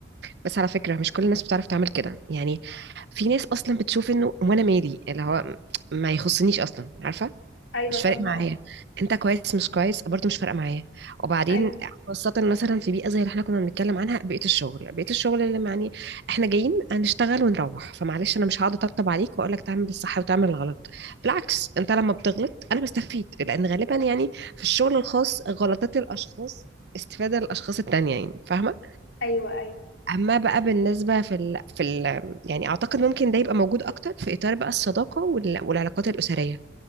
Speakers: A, on the right (about 60°); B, on the left (about 85°).
A: بس على فكرة مش كل الناس بتعرف تعمل كده يعني في ناس أصلا بتشوف إنه وأنا مالي اللي هو ما يخصنيش أصلا عارفة
B: ايوه
A: مش
B: فاهمة
A: فارق معايا
B: قصدي
A: انت كويس مش كويس برضه مش فارقه معايا وبعدين
B: ايوه
A: خاصه مثلا في بيئه زي اللي احنا كنا بنتكلم عنها بيئه الشغل بيئه الشغل اللي يعني احنا جايين هنشتغل ونروح فمعلش انا مش هقعد اطبطب عليك واقول لك تعمل الصح وتعمل الغلط بالعكس انت لما بتغلط انا بستفيد لان غالبا يعني في الشغل الخاص غلطات الاشخاص استفادة للأشخاص التانية يعني فاهمة؟
B: ايوه ايوه
A: أما بقى بالنسبة في ال... في ال... يعني أعتقد ممكن ده يبقى موجود أكتر في إطار بقى الصداقة وال... والعلاقات الأسرية